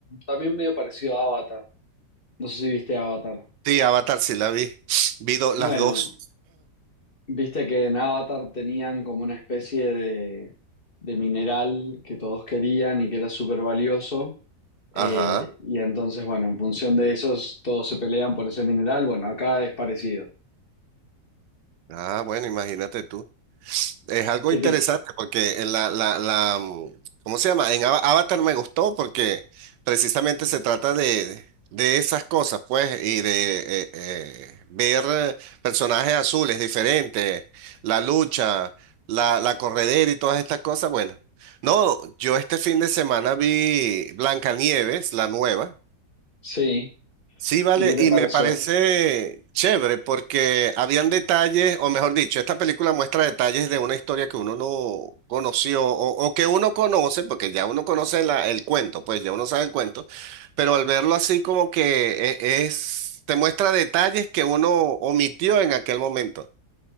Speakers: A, on the left; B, on the right.
A: también medio parecido a Avatar. No sé si viste Avatar.
B: Sí, Avatar sí la vi. <sniffs> Vi do- las
A: Bueno.
B: dos.
A: Viste que en Avatar tenían como una especie de, de mineral que todos querían y que era súper valioso. Eh,
B: Ajá.
A: y entonces, bueno, en función de esos, todos se pelean por ese mineral. Bueno, acá es parecido.
B: Ah, bueno, imagínate tú. Es algo
A: ¿Qué
B: interesante
A: tipo?
B: porque en la, la, la, mm, ¿cómo se llama? En Ava- Avatar me gustó porque precisamente se trata de, de esas cosas, pues, y de eh, eh, ver eh, personajes azules diferentes, la lucha, la, la corredera y todas estas cosas. Bueno, no, yo este fin de semana vi Blancanieves, la nueva.
A: Sí.
B: Sí, vale,
A: ¿Y qué te
B: y
A: pareció?
B: me parece chévere porque habían detalles, o mejor dicho, esta película muestra detalles de una historia que uno no conoció o, o que uno conoce, porque ya uno conoce la- el cuento, pues ya uno sabe el cuento, pero al verlo así como que e- es, te muestra detalles que uno omitió en aquel momento.